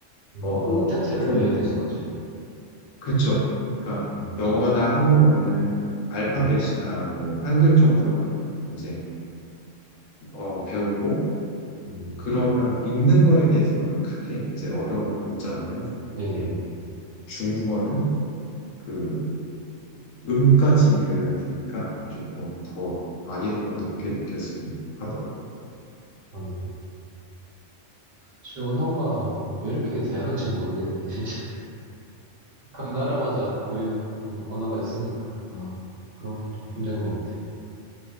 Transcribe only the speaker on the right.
음,
음 자체를
외워야 되는 거죠.
음,
네네,
음,
네네,
음,
어, 네. 사실 언어가 왜 이렇게 다양한지 모르겠네요, <laughs> 진짜. 각 나라마다 고유 좀 언어가 있으니까 아 그런 부분이 좀 힘든 것 같아요.